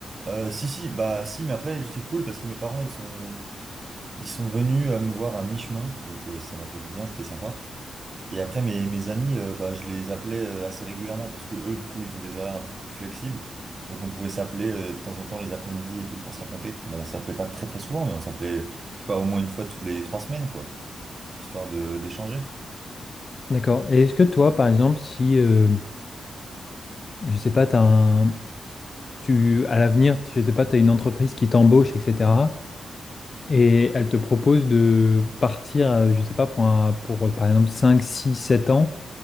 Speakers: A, on the right; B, on the left.
A: euh, si, si, bah si, mais après, c'était cool parce que mes parents, ils sont, ils sont venus euh, me voir à mi-chemin, donc euh, ça m'a fait du bien, c'était sympa. Et après, mes, mes amis, euh, bah, je les appelais euh, assez régulièrement parce que eux, du coup, ils ont des horaires un peu plus flexibles. Donc on pouvait s'appeler euh, de temps en temps les après-midi et tout pour se raconter. Bon, on s'appelait pas très très souvent, mais on s'appelait, je sais pas, au moins une fois toutes les trois semaines, quoi, histoire de d'échanger.
B: D'accord. Et est-ce que toi, par exemple, si, euh, je sais pas, t'as un, tu, à l'avenir, tu- je sais pas, tu as une entreprise qui t'embauche, etc. Et elle te propose de partir, euh, je sais pas, pour, un- pour, euh, par exemple 5, 6, 7 ans